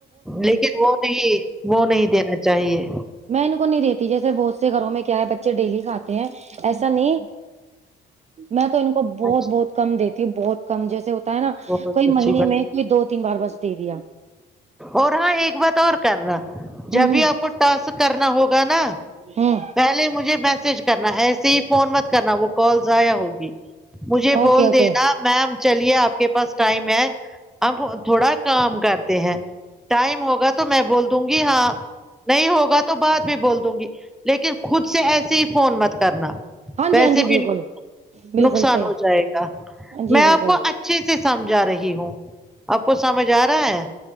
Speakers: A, in the centre; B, on the right.
A: لیکن وہ نہیں وہ نہیں دینا چاہیے
B: میں ان کو نہیں دیتی جیسے بہت سے گھروں میں کیا ہے بچے ڈیلی کاتے ہیں ایسا نہیں میں تو ان کو بہت
A: اچھا
B: بہت کم دیتی ہوں بہت کم جیسے ہے نا
A: بہت
B: کوئی
A: اچھی
B: مہینے
A: بات
B: میں کوئی دو تین بار بس دے دیا
A: اور ہاں ایک بات اور کرنا
B: ہ
A: جب
B: ہ
A: بھی اپ کو تس کرنا ہوگا نا
B: ہ
A: پہلے مجھے میسج کرنا ہے ایسے ہی فون مت کرنا وہ کال ضائع ہوگی مجھے
B: اوکے
A: بول
B: اوکے
A: دینا میم چلیے اپ کے پاس ٹائم ہے اب تھوڑا کام کرتے ہیں ٹائم ہوگا تو تو میں بول دوں گی ہاں نہیں ہوگا تو بعد بھی بول دوں گی لیکن خود سے ایسے ہی فون مت کرنا
B: ہاں
A: ویسے
B: جی ہاں جی
A: بھی
B: بالکل
A: نق
B: بالکل
A: نقصان
B: صحیح
A: ہو جائے گا
B: جی
A: میں
B: بالکل
A: آپ کو اچھا چھے سے سمجھا رہی ہوں آپ کو سمجھ ا رہا ہیں